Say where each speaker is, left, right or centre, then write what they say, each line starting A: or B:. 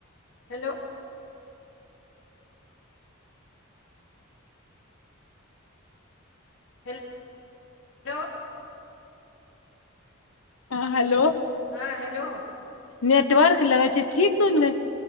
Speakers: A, on the left; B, on the left.
A: हेलो हेल हेलो
B: हाँ हेलो
A: हाँ हेलो
B: नेटवर्क लगे छै ठीक तो ने